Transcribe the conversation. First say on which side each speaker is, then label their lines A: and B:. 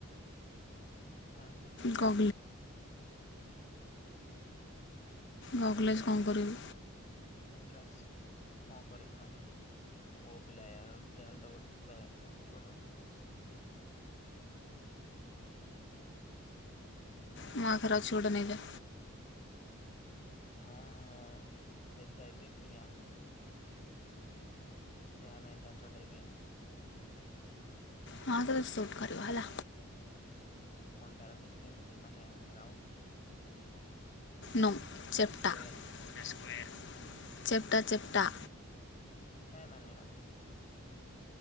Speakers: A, on the left; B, on the left.
A: ନା।
B: ଗ। ଗଗଲେସ୍
A: ସନଗ୍ଲାସ
B: କଣ
A: ସନଗ୍ଲାସ
B: କରିବୁ
A: କଣ କରିବି ମାନେ? <unintelligible> ଯାହା ହେଲେ ତ କୁଆଡେ ଗୋଟେ ଯିବା ଆସିବା।
B: ମୋ ପାଖରେ ଅଛି ଗୋଟେ ନେଇଯା।
A: ମୁଁ ମୁଁ ପ୍ରେସକ୍ରାଇବ ଦେଖିକି ଆଣ। ଯାହା ନାହିଁ ତାହା ଚଢେଇ ଦିଏନି।
B: ହଁ ତେ ସୁଟ କରିବ ହେଲା।
A: ଫେନଟା ରଖିଛୁ କେମିତି ମାନେ ରାଉଣ୍ଡ?
B: ନୋ ଚେପଟା
A: ନା ସ୍କୋୟାର
B: ଚେପଟା ଚେପଟା।
A: ହଁ ମାନି ବନି।